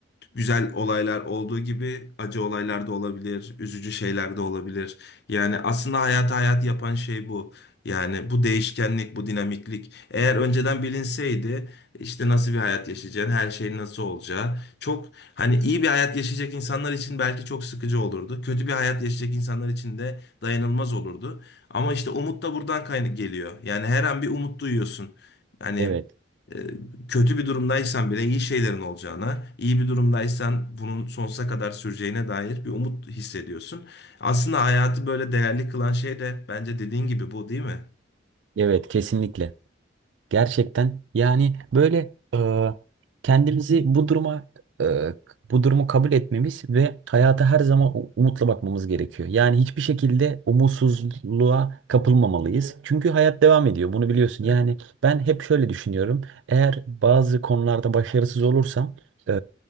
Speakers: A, on the left; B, on the right.
A: güzel olaylar olduğu gibi acı olaylar da olabilir, üzücü şeyler de olabilir. Yani aslında hayatı hayat yapan şey bu. Yani bu değişkenlik, bu dinamiklik. Eğer önceden bilinseydi işte nasıl bir hayat yaşayacağın, her şeyin nasıl olacağı. Çok hani iyi bir hayat yaşayacak insanlar için belki çok sıkıcı olurdu. Kötü bir hayat yaşayacak insanlar için de dayanılmaz olurdu. Ama işte umut da buradan kaynak geliyor. Yani her an bir umut duyuyorsun. Hani
B: Evet,
A: e, kötü bir durumdaysan bile iyi şeylerin olacağına, iyi bir durumdaysan bunun sonsuza kadar süreceğine dair bir umut hissediyorsun. Aslında hayatı böyle değerli kılan şey de bence dediğin gibi bu değil mi?
B: evet kesinlikle. Gerçekten yani böyle e, kendimizi bu duruma e, bu durumu kabul etmemiz ve hayata her zaman u- umutla bakmamız gerekiyor. Yani hiçbir şekilde umutsuzluğa kapılmamalıyız. Çünkü hayat devam ediyor. Bunu biliyorsun. Yani ben hep şöyle düşünüyorum. Eğer bazı konularda başarısız olursam e,